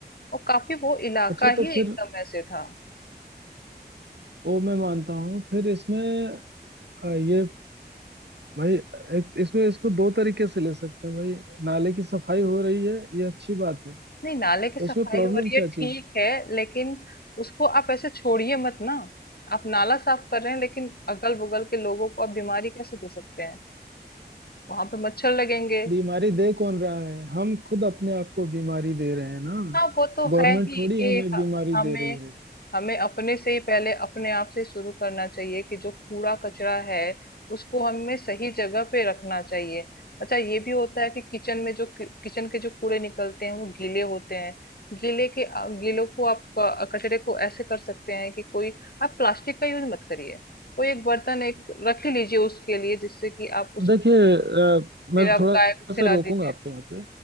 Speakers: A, on the left (about 60°); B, on the right (about 75°).
A: और काफी वो इलाका
B: अच्छा तो
A: ही
B: फिर
A: एकदम ऐसे था
B: वो मैं मानता हूँ फिर इसमें अ, ये भाई एक इसमें इसको दो तरीके से ले सकते हैं भाई नाले की सफाई हो रही है ये अच्छी बात है
A: नहीं नाले
B: तो
A: की सफाई
B: इसमें प्रॉब्लम
A: हो रही है
B: क्या
A: ठीक
B: चीज़ है
A: है लेकिन उसको आप ऐसे छोड़िए मत ना आप नाला साफ कर रहे हैं लेकिन अगल बगल के लोगों को आप बीमारी कैसे दे सकते हैं वहां पे मच्छर लगेंगे
B: बीमारी दे कौन रहा है हम खुद अपने आप को बीमारी दे रहे हैं ना
A: हाँ वो तो
B: गवर्नमेंट
A: है ही
B: थोड़ी
A: कि
B: हमें
A: ह-
B: बीमारी
A: हमें
B: दे रही है
A: हमें अपने से ही पहले अपने आप से शुरू करना चाहिए कि जो कूड़ा कचरा है उसको हमें सही जगह पे रखना चाहिए अच्छा ये भी होता है कि किचन में जो कि- किचन के जो कूड़े निकलते हैं वो गीले होते हैं गीले के आ- गीलों को आप क- कचरे को ऐसे कर सकते हैं कि कोई आप प्लास्टिक का यूज मत करिए कोई एक बर्तन एक रख ही लीजिए उसके लिए जिससे कि आप उसमें
B: देखिए अ, मैं
A: फिर आप
B: थोड़ा
A: गाय को खिला
B: सा रोकूंगा
A: दीजिए
B: आपको यहाँ पे